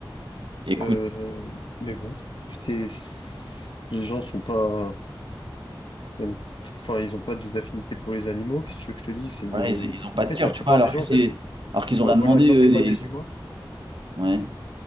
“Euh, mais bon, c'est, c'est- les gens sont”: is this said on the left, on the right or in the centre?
Left